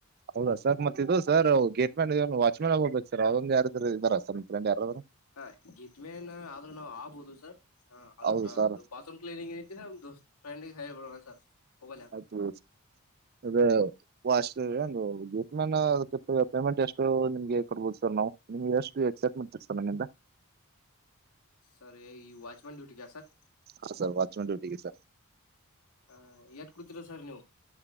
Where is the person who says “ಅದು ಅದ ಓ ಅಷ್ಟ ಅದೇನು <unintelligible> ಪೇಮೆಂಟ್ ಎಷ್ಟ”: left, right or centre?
Right